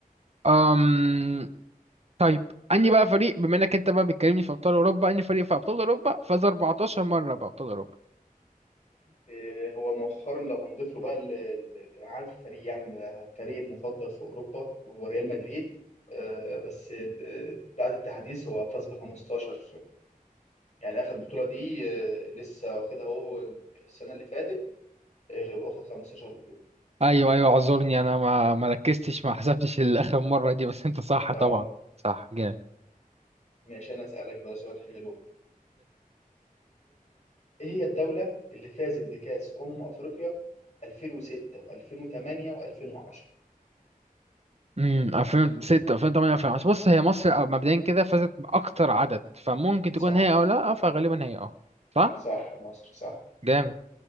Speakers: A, on the right; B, on the left.
A: أم... طيب اني بقى فريق بما انك انت بقى بتكلمني في ابطال اوروبا اني فريق في ابطال اوروبا فاز 14 مره بابطال اوروبا
B: إيه، هو مؤخرا لو هنضيف له بقى ال- ال- انا عارف الفريق يعني ده فريق المفضل في اوروبا وهو ريال مدريد آه، بس آه، بعد التحديث هو فاز ب 15 يعني اخر بطوله دي آه، لسه واخدها هو السنه اللي فاتت آه، واخد 15 بطوله
A: ايوه ايوه اعذرني انا ما ما ركزتش ما حسبتش الاخر مره دي بس انت صح
B: اه
A: طبعا صح جامد
B: ماشي انا اسالك بقى سؤال حلو آه، ايه هي الدوله اللي فازت بكاس امم افريقيا 2006 و2008 و2010
A: امم 2006 2008 2010 بص هي مصر أو- مبدئيا كده فازت باكتر عدد فممكن
B: صح
A: تكون هي او لا فغالبا هي اه صح
B: صح مصر صح
A: جامد